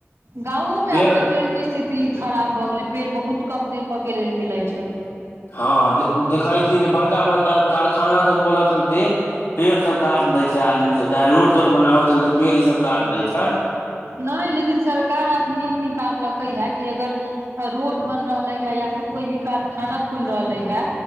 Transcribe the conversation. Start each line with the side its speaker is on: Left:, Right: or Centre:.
Right: गाँवोमे
Left: पेड़
Right: आब पेड़ के स्थिति खराब भ गेले, पेड़ बहुत कम देखे के लेल मिले छै।
Left: हँ देखै छै जे बड़का- बड़का कारखाना सब खोलऽ चलते पेड़ सब काट दै छै आदमी सब, तै रोड- तोड बनाबे चलते पेड़ ई सब काट दै छै।
Right: नै लेकिन सरकार आब नियम निकाललकै हे कि अगर रोड बन रहले है, या फिर कोई भी कारखाना खुल रहले है।